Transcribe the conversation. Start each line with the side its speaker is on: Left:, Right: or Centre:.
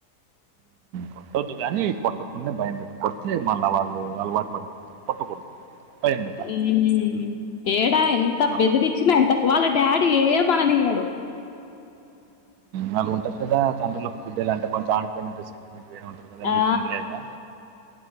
Right: కొట్టొద్దు కాని కొట్టకుండానే భయం పెట్టు కొడితే మళ్ళీ వాళ్ళు అలవాటు పడిపోతారు కొట్టకూడదు భయం పెట్టాలి
Left: ఉ తేడా ఎంత
Right: మళ్ళీ
Left: బెదిరిచినా ఎంతకు వాళ్ళ డాడీ ఏమననియ్యడు
Right: వాళ్ళు ఉంటది కదా తండ్రులకు బిడ్డలు అంటే కొంచం ఆడపిల్లలంటే సెంటిమెంట్ కేమంటరు కదా
Left: ఆ
Right: నీకు ఉండ లేదా